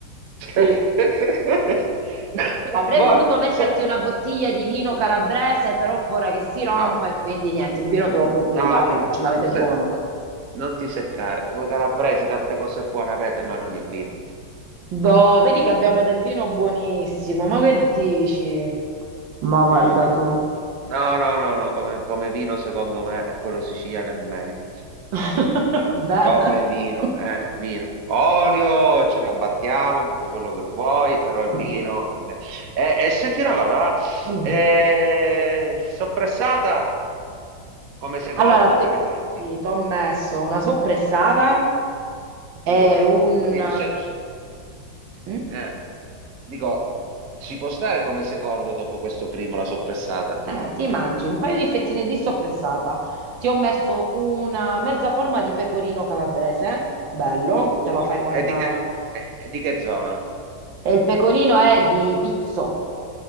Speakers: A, on the right; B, on the right.
A: <laughs>
B: Sì. Avrei
A: Buono.
B: voluto metterti
A: Se-
B: una bottiglia di vino calabrese, però ho paura che si rompa
A: No,
B: e quindi niente, il vino te lo procuri
A: no,
B: là, che ce l'avete
A: no, se-
B: buono.
A: non ti seccare. Voi calabresi tante cose buone avete, ma non il vino.
B: Boh, vedi che abbiamo del vino buonissimo, ma che dici? Ma guarda
A: Mm,
B: tu.
A: No, no, no, no, come, come vino secondo me è quello siciliano è meglio.
B: <laughs> Bene.
A: Come vino,
B: <laughs>
A: eh, vino. Olio, ce la battiamo, tutto quello che vuoi, però il
B: Mm.
A: vino... è me- E, e senti una cosa, va,
B: Dimmi.
A: eh, soppressata come secondo,
B: Allora, ti,
A: che ne pensi?
B: sì, t'ho messo una soppressata
A: Pure.
B: e un...
A: Quindi c'è- c'è-
B: eh, mm?
A: eh, dico, ci può stare come secondo dopo questo primo la soppressata?
B: Eh, eh, ti mangi un paio di fettine di soppressata. Ti ho messo una mezza forma di pecorino calabrese, bello,
A: Pure.
B: te lo fai con...
A: E di
B: eh,
A: che, e di che zona?
B: E il pecorino è di pizzo.